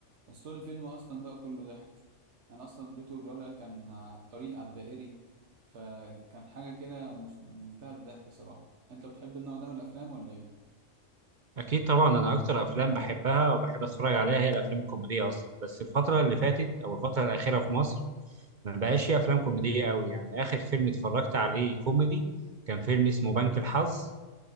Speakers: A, on the right (about 65°); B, on the right (about 50°).
A: بس طول الفيلم اصلا بقى كله ضحك يعني اصلا بيته الولد كان على الطريق على الدائري فكان حاجة كده مس- منتهى الضحك صراحة انت بتحب النوع ده من الافلام ولا ايه
B: اكيد طبعا انا اكتر افلام بحبها وبحب اتفرج عليها هي الافلام الكوميديه اصلا بس الفتره اللي فاتت او الفتره الاخيره في مصر ما بقاش في افلام كوميديه قوي يعني اخر فيلم اتفرجت عليه كوميدي كان فيلم اسمه بنك الحظ